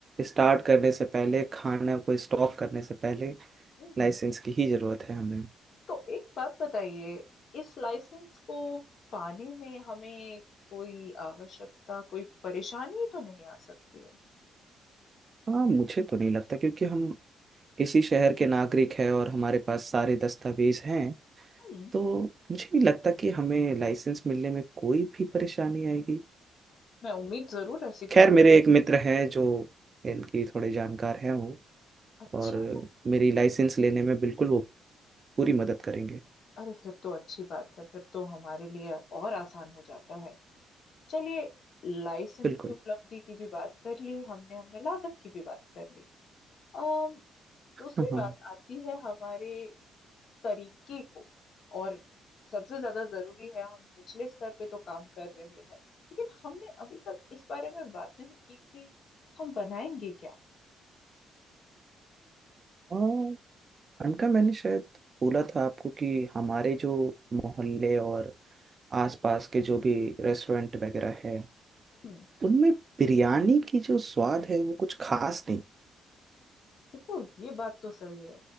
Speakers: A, on the right; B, on the left.
A: स्टार्ट करने से पहले खाना को स्टॉक करने से पहले
B: हम्म,
A: लाइसेंस की ही ज़रूरत है हमें
B: तो एक बात बताइए इस लाइसेंस को पाने में हमें कोई आवश्यकता कोई परेशानी तो नहीं आ सकती है
A: हाँ मुझे तो नहीं लगता क्योंकि हम इसी शहर के नागरिक हैं और हमारे पास सारे दस्तावेज हैं
B: हम्म
A: तो मुझे नहीं लगता कि हमें लाइसेंस मिलने में कोई भी परेशानी आएगी
B: मैं उम्मीद जरूर ऐसी
A: खैर
B: करती
A: मेरे एक मित्र हैं जो इनकी थोड़े जानकार हैं वो
B: अच्छा
A: और मेरी लाइसेंस लेने में बिल्कुल वो पूरी मदद करेंगे
B: अरे फिर तो अच्छी बात है फिर तो हमारे लिए और आसान हो जाता है चलिए लाइसेंस
A: बिल्कुल
B: की उपलब्धि की भी बात कर ली हमने हमने लागत की भी बात कर ली अम दूसरी
A: हाँ
B: बात आती है हमारे तरीके को और सबसे ज्यादा जरूरी है हम निचले स्तर पे तो काम कर रहे हैं लेकिन हमने अभी तक इस बारे में बात नहीं की कि हम बनाएंगे क्या
A: हाँ उनका मैंने शायद बोला था आपको कि हमारे जो मोहल्ले और आसपास के जो भी रेस्टोरेंट वगैरह है
B: हम्म,
A: उनमें बिरयानी की जो स्वाद है वो कुछ खास नहीं
B: देखो ये बात तो सही है